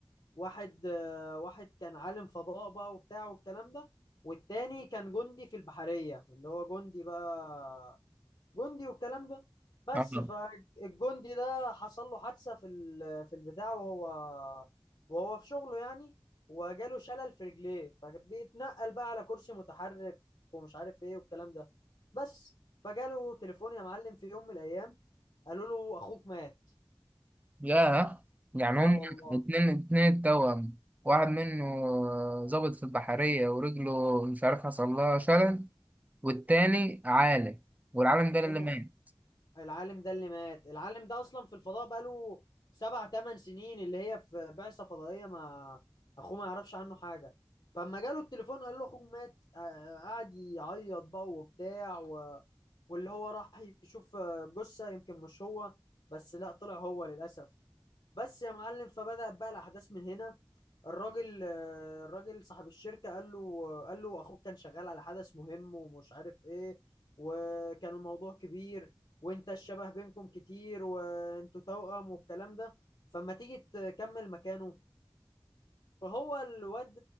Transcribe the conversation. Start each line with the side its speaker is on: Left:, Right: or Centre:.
Left: واحد آه، واحد كان عالم فضاء بقى وبتاع والكلام ده والتاني كان جندي في البحرية اللي هو جندي بقى جندي والكلام ده بس
Right: اه
Left: فالجندي ده حصل له حادثة في ال- في البتاع وهو وهو في شغله يعني وجاله شلل في رجليه فبيتنقل بقى على كرسي متحرك ومش عارف ايه والكلام ده بس فجاله تليفون يا معلم في يوم من الايام قالوا له اخوك مات
Right: يا يعني
Left: اه
Right: هم
Left: والله
Right: اتنين اتنين التوأم واحد منه ظابط في البحرية ورجله مش عارف حصل لها شلل والتاني عالم والعالم
Left: التاني
Right: ده اللي مات
Left: العالم ده اللي مات العالم ده اصلا في الفضاء بقاله سبع ثمان سنين اللي هي في بعثة فضائية ما اخوه ما يعرفش عنه حاجة فلما جاله التليفون قال له اخوك مات آه، قعد يعيط بقى وبتاع و... واللي هو راح يشوف آه، جثة يمكن مش هو بس لا طلع هو للأسف بس يا معلم فبدأت بقى الأحداث من هنا الراجل آه، الراجل صاحب الشركة قال له قال له أخوك كان شغال على حدث مهم ومش عارف إيه وكان الموضوع كبير وأنت الشبه بينكم كتير وأنتوا توأم والكلام ده فما تيجي تكمل مكانه فهو الواد